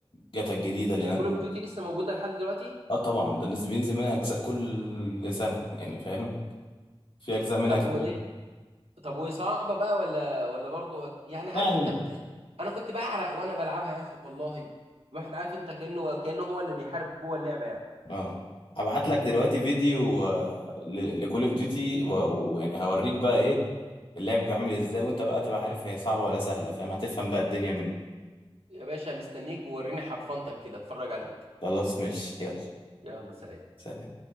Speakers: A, on the left; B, on the right.
A: جاتا الجديدة اللي
B: هي
A: نازلة
B: كول اوف ديوتي لسه موجوده لحد دلوقتي
A: اه طبعا ده الناس بينزل منها اجزاء كل سنة يعني فاهم في اجزاء منها
B: طب
A: كتير
B: وايه
A: أوي.
B: طب وصعبه بقى ولا ولا برضه يعني عارف
A: يعني
B: انت بتحس انا كنت بعرق وانا بلعبها يا اخي والله الواحد عارف انت كانه كانه هو اللي بيحارب جوه اللعبه يعني
A: اه هبعت لك دلوقتي فيديو لكول اوف ديوتي ويعني هوريك بقى ايه اللعب بيعمل ازاي وانت بقى تبقى عارف هي صعبة ولا سهلة فاهم هتفهم بقى الدنيا منه
B: يا باشا مستنيك ووريني حرفنتك كده اتفرج عليك
A: خلاص ماشي يلا
B: يلا سلام
A: سلام